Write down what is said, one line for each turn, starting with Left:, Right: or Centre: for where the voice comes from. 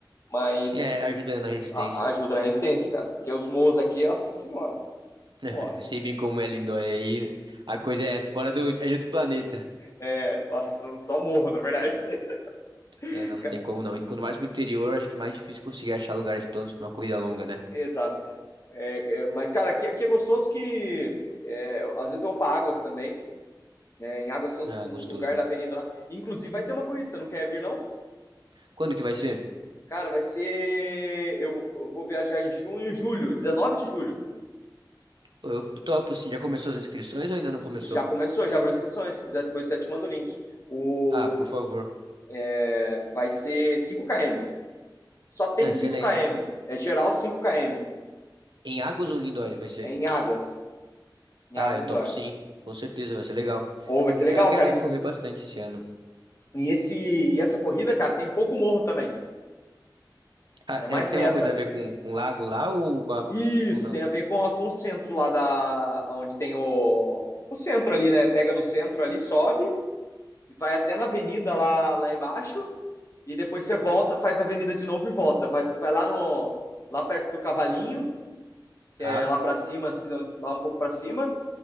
Left: Mas
Right: Se é ajuda na resistência.
Left: a- ajuda na resistência, cara. Porque os morros aqui, nossa senhora.
Right: <laughs>
Left: Pô,
Right: Sei bem como é lindo aí. A coisa é fora do, é de outro planeta.
Left: É, nossa, só morro, na verdade. <laughs>
Right: É, não, não
Left: Ca-
Right: tem como não. E Quando mais pro interior, acho que é mais difícil conseguir achar lugares planos pra uma corrida longa, né?
Left: Exato. É, é, mas, cara, aqui, aqui é gostoso que é, às vezes eu vou pra Águas também. né? em Águas tem um,
Right: Ah, gostoso.
Left: um lugar da avenida lá. Inclusive, vai ter uma corrida, você não quer vir, não?
Right: Quando que vai ser?
Left: Cara, vai ser. Eu, eu vou viajar em junho, julho, 19 de julho.
Right: Pô, Eu topo sim, já começou as inscrições ou ainda não começou?
Left: E já começou, já abriu inscrições. Se quiser, depois eu te mando o link. O,
Right: Ah, por favor.
Left: é, vai ser 5 km. Só tem
Right: Ah,
Left: 5
Right: excelente.
Left: km. É geral 5 km.
Right: Em Águas ou Lindóia vai ser?
Left: É em Águas. Em
Right: Ah,
Left: Águas
Right: eu
Left: Indoor.
Right: topo sim. Com certeza vai ser legal.
Left: Ou vai ser legal,
Right: É, eu quero
Left: cara. E,
Right: correr bastante esse ano.
Left: e esse, e essa corrida, cara, tem pouco morro também.
Right: Ah,
Left: É
Right: é,
Left: mais
Right: tem
Left: reta.
Right: alguma coisa a ver com, com lago lá ou, com a-
Left: Isso,
Right: ou não?
Left: tem a ver com, a, com o centro lá da... Onde tem o... O centro ali, né? Pega no centro ali, sobe. E vai até na avenida lá, lá embaixo. E depois você volta, faz a avenida de novo e volta. Faz, vai lá no... Lá perto do Cavalinho, que
Right: Ah,
Left: é lá pra cima, assim, lá um pouco pra cima.